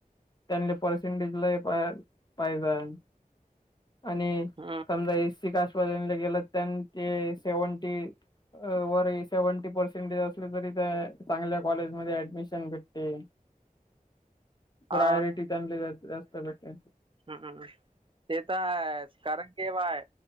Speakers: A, on the left; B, on the right.
A: त्यांले परसेंटेज लय पाहिजन आणि
B: हम्म.
A: समजा एससी कास्ट वाल्यांना गेलं त्यांन ते सेव्हनटी वर हे सेव्हंटी परसेंटेज असल तरी त्या चांगल्या कॉलेजमध्ये ऍडमिशन भेटते
B: हा
A: प्रायोरिटी त्यांना जास्त जास्त भेटते
B: हू हू ते तर हायच कारण की पाय